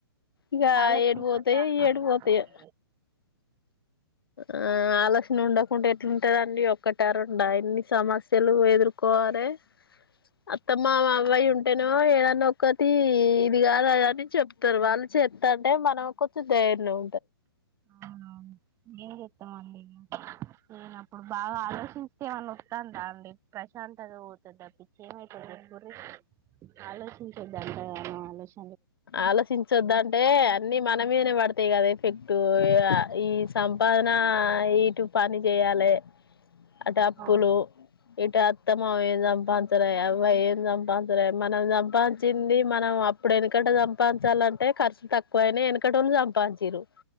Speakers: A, on the left (about 65°); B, on the right (about 20°).
A: ఇగ
B: ఆలోచించొద్దండి
A: ఏట్ పోతయో ఏట్ పోతయో
B: ఊకే
A: ఆ ఆలోచన ఉండకుంటే ఎట్లుంటదండి ఒక్కటా రెండా ఎన్ని సమస్యలు ఎదుర్కో వలే అత్తమ్మ అవ్వయుంటేనో ఏదన్నా ఒక్కటి ఇది కాదు అదని చెప్ త్తరు వాళ్ళు చెతంటే మనం కొంచెం దైర్ణం
B: అవునువును ఎం చెతం అన్ని ఇగ లేనప్ మ బాగా ఆలోచిస్తే ఎమనోతందా అండి ప్రశాంతత పోతది తప్పి ఏమైతది చెప్పుర్రి ఆలోచించొద్దు అంత గనం ఆలోచించ్
A: ఆలోచించొద్దంటే అన్నిీ మన మీదనే పడ్ తై కదా ఎఫెక్ట్ ఈ సంపాదన ఇటు పని చేయాలే అటు అప్పులు
B: అవును
A: ఇట్ అత్తమమ ఏం సంపాించలే అవ్వ ఏం సంపాించలే మనం సంపాించింది మనం అప్పుడే ఎనుకట సంపాదించాలంటే ఖర్చు తక్కువైనాయి ఎనుకటోళ్ళు సం పాదించిల్లు